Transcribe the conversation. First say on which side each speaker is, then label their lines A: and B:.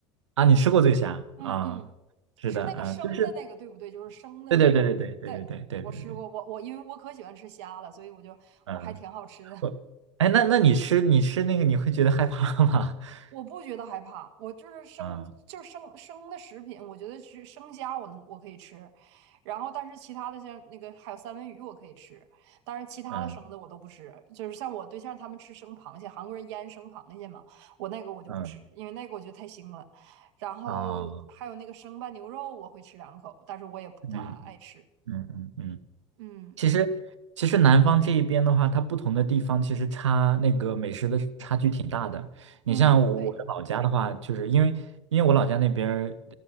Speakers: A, on the right; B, on the right.
A: 啊，你吃过醉虾啊？
B: 嗯嗯。
A: 是的，
B: 是那个生的那个对不对？
A: 嗯、就是
B: 就是生的那个，
A: 对对对对对对对对对对对，
B: 对我吃过，我我因为我可喜欢吃虾了，所以我就我还挺好吃的，
A: 嗯。
B: <laughs>
A: 我哎，那那你吃你吃那个，你会觉得害怕吗？<laughs>
B: 我不觉得害怕，我就是生就是生生的食品，
A: 嗯
B: 我觉得吃生虾我能我可以吃，然后但是其他的像那个还有三文鱼我可以吃，但是其他的生的我都不吃，
A: 嗯
B: 就是像我对象他们吃生螃蟹，韩国人腌生螃蟹嘛，我那个我就不吃，
A: 嗯，
B: 因为那个我觉得太腥了，然后还有那个生拌牛肉我会吃两口，
A: 啊，
B: 但是我也不太爱吃，
A: 嗯嗯嗯嗯。
B: 嗯。
A: 其实，其实南方这一边的话，它不同的地方其实差那个美食的差距挺大的。你像我我的老家的话，
B: 嗯，对
A: 就是因为因为我老家那边儿，